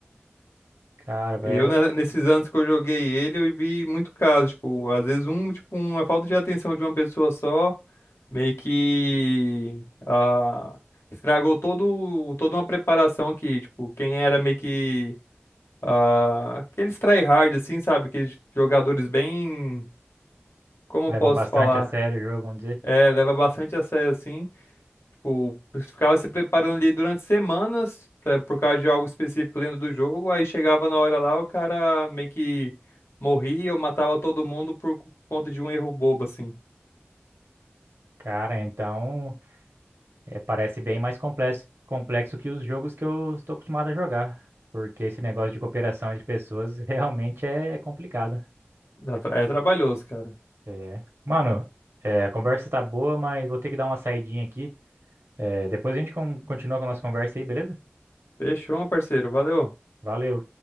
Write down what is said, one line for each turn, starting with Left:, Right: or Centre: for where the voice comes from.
Right: Cara,
Left: Eu,
Right: é,
Left: né, nesses anos que eu joguei ele, eu vi muito caso, tipo, às vezes um, tipo, uma falta de atenção de uma pessoa só, meio que ah, estragou todo, toda uma preparação que, tipo, quem era meio que ah, aqueles tryhard, assim, sabe? Aqueles jogadores bem. Como
Right: levam
Left: eu posso
Right: bastante
Left: falar?
Right: a sério o jogo, vamos dizer.
Left: É, leva bastante a sério, assim. Tipo, ficava se preparando ali durante semanas, pra- por causa de algo específico dentro do jogo. Aí chegava na hora lá, o cara meio que morria ou matava todo mundo por conta de um erro bobo, assim.
Right: Cara, então. É, parece bem mais complexo, complexo que os jogos que eu estou acostumado a jogar. Porque esse negócio de cooperação entre pessoas <laughs> realmente é, é complicado.
Left: Dá tra- É trabalhoso, cara.
Right: É. Mano, é, a conversa tá boa, mas vou ter que dar uma saidinha aqui. É, depois a gente con- continua com a nossa conversa aí, beleza?
Left: Fechou, meu parceiro. Valeu.
Right: Valeu.